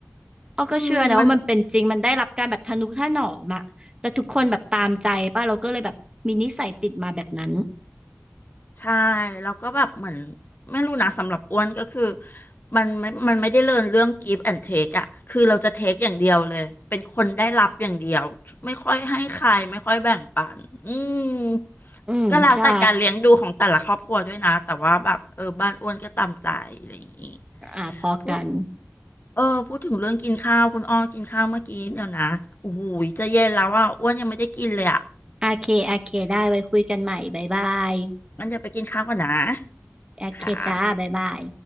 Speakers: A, on the right; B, on the left.
A: อ้อก็เชื่อนะว่ามันเป็นจริงมันได้รับการแบบทะนุถนอมอะแต่ทุกคนแบบตามใจป่ะเราก็เลยแบบมีนิสัยติดมาแบบนั้น
B: อืม มัน ใช่แล้วก็แบบเหมือนไม่รู้นะสำหรับอ้วนก็คือมันไม่ มันไม่ได้เรียนเรื่อง give and take อะคือเราจะ take อย่างเดียวเลยเป็นคนได้รับอย่างเดียวไม่ค่อยให้ใครไม่ค่อยแบ่งปันอืม
A: อืมใช่
B: ก็แล้วแต่การเลี้ยงดูของแต่ละครอบครัวด้วยนะแต่ว่าแบบเออบ้านอ้วนก็ตามใจอะไรอย่างงี้
A: อ่าพอกัน
B: พูดเออพูดถึงเรื่องกินข้าวคุณอ้อกินข้าวเมื่อกี้เดี๋ยวนะโอ้โหจะเย็นแล้วอ่ะอ้วนยังไม่ได้กินเลยอ่ะ
A: โอเค โอเค ได้ไว้คุยกันใหม่บ๊ายบาย
B: งั้นเดี๋ยวไปกินข้าวก่อนนะ
A: โอเคจ้าบ๊ายบาย
B: ค่ะ